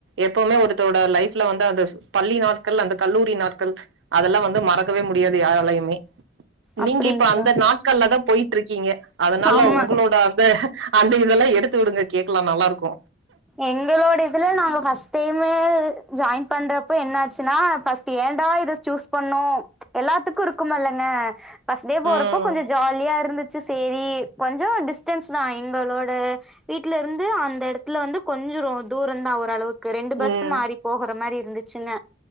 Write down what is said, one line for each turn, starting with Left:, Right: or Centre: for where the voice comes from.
Right: எப்பவுமே ஒருத்தரோட லைப் வந்து அந்த பள்ளி நாட்கள் அந்த கல்லூரி நாள் அதெல்லாம் வந்து மறக்கவே முடியாது யாராலயுமே
Centre: அப்டிங்களா
Right: நீங்க இப்ப அந்த நாட்கள்ல தான் போயிட்டு இருக்கீங்க அதனால
Centre: ஆமா
Right: உங்களோட வந்து அந்த இதெல்லா எடுத்துடுங்க கேக்கலா நல்லாருக்கு
Centre: எங்களோட இதுல நாங்க ஃபஸ்ட் டைமு ஜாயின் பண்றப்போ என்னாச்சுன்னா ஃபஸ்ட் ஏன்டா இத சூஸ் பண்ணோ எல்லாத்துக்கு இருக்குமல்லங்க ஃபஸ்ட் டே போறப்போ
Right: ம்.
Centre: கொஞ்ச ஜாலியா இருந்து ச்சு சேரி கொஞ்ச டிஸ்டன்ஸ்தா எங்களோட வீட்ல இருந்து அந்த எடத் துல வந்து கொஞ்ச தூரந்தா ஓரளவுக் கு ரெண்டு பஸ்ஸு
Right: ம்.
Centre: மாறி போகற மாரி இருந்துச்சுங்க